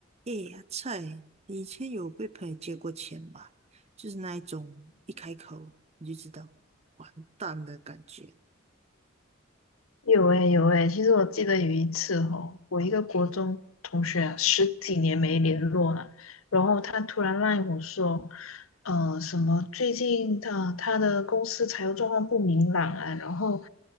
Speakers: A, on the right (about 30°); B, on the left (about 90°).
A: 诶，呀，菜，你以前有被朋友借过钱吧？就是那一种一开口你就知道完蛋的感觉。
B: 有诶、有诶、其实我记得有一次哦，我一个国中同学啊十几年没联络了，然后他突然赖我说，呃，什么最近他他的公司财务状况不明朗啊，然后